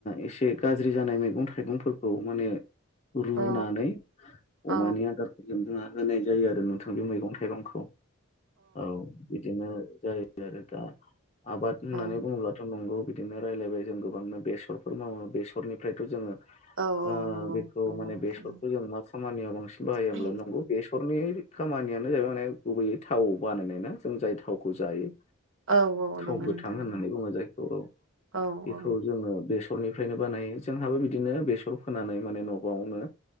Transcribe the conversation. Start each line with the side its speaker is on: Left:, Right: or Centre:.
Left: एसे गाज्रि जानाय मैगं थाइगंफोरखौ माने रुनानै
Right: औ औ
Left: अमानि आदारफोरजों जोंहा होनाय जायो आरो नोंथां बे मैगं थाइगंखौ। औ इदिनो जायो आरो दा आबाद होननानै
Right: औ।
Left: बुङोब्लाथ' नंगौ बिदिनो रायलायबाय जों गोबांनो बेस'रफोर मावो बेस'रनिफ्रायथ' जोङो
Right: औ औ
Left: <inaudible> ओ
Right: नंगौ
Left: बेखौ
Right: नंगौ
Left: माने
Right: नोंथां
Left: बेस'रखौ
Right: नंगौ
Left: जों खामानियाव बांसिन बाहायाब्ला
Right: उम।
Left: नंगौ बेस'रनि खामानियानो जाहैबाय माने गुबैयै था थाव बानायनाय ना जों जाय थावखौ जायो।
Right: औ नंगौ
Left: थाव गोथां
Right: नोंथां
Left: होननानै
Right: नंगौ
Left: बुङो जायखौ औ
Right: औ
Left: बेखौ
Right: औ।
Left: जोङो बेस सरनिफ्रायनो बानायो जोंहाबो बिदिनो बेस'र फोनानै माने न'आवनो